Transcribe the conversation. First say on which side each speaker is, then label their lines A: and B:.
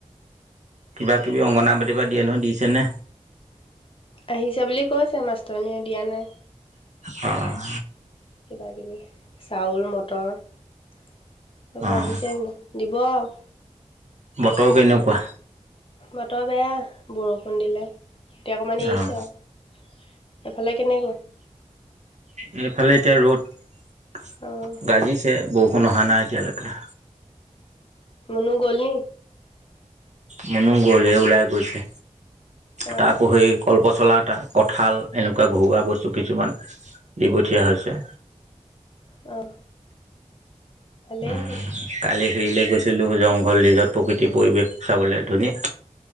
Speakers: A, on the right; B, on the left.
A: কিবা কিবি অংগনাবাদী পা দিয়ে নহয় দিছে নে?
B: আহিছে বুলি কৈছে মাষ্টৰনীয়ে দিয়া নাই।
A: অ'।
B: কিবাকিবি চাউল মটৰ এইবোৰ
A: অ',
B: আহিছে হেনো দিব আৰু।
A: বতৰ কেনেকুৱা?
B: বতৰ বেয়া বৰষুণ দিলে। এতিয়া অকমান এৰিছে
A: অ',
B: আৰু সেইফালে কেনেকুৱা?
A: সেইফালে এতিয়া ৰ'দ
B: অঁ
A: গাজিছে বৰষুণ অহা নাই এতিয়ালৈকে।
B: মুনু গ'ল নি?
A: মুনু গ'লে ওলাই গৈছে,
B: অঁ
A: তাকো সি কলপচলা এটা কঁঠাল এনেকুৱা ঘৰুৱা বস্তু কিছুমান দি পঠিওয়া হৈছে।
B: অ'। ভালেই
A: উম,
B: হ'ল।
A: কালি হেৰিলে গৈছিলো জংঘল ৰিজৰ্ট প্ৰকৃতিৰ পৰিৱেশ চাবলৈ ধুনীয়া।